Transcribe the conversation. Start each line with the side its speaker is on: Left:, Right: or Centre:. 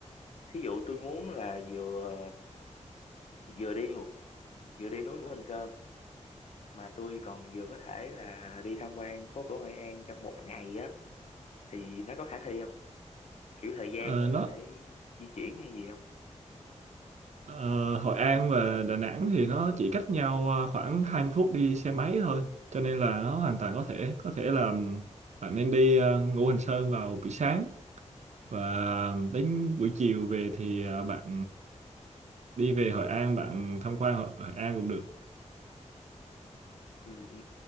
Left: thí dụ tôi muốn là vừa vừa đi vừa đi núi của Hình Sơn mà tôi còn vừa có thể là đi tham quan phố cổ Hội An trong một ngày á thì nó có khả thi không kiểu thời gian
Right: Ờ,
Left: nó
Right: nó
Left: có thể di chuyển hay gì không
Right: Ờ, Hội An và Đà Nẵng thì nó chỉ cách nhau ờ, khoảng 20 phút đi xe máy thôi cho nên là nó hoàn toàn có thể có thể là bạn nên đi ờ, Ngũ Hành Sơn vào buổi sáng và đến buổi chiều về thì ờ, bạn đi về Hội An bạn tham quan Hội, Hội An cũng được
Left: ừ ừ